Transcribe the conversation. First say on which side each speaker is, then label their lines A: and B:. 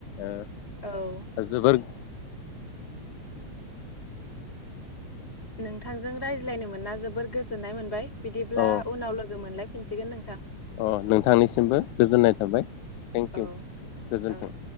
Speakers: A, on the left (about 85°); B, on the left (about 20°).
A: ओ
B: औ
A: <inaudible> जोबोर <inaudible>
B: नोंथांजों रायज्लायनो मोना जोबोर गोजोननाय मोनबाय। बिदिब्ला
A: अ
B: उनाव लोगो मोनलाय फिनसिगोन नोंथां।
A: अ नोंथांनिसिमबो गोजोननाय थाबाय थेंक
B: औ
A: इउ गोजोन्थों।
B: औ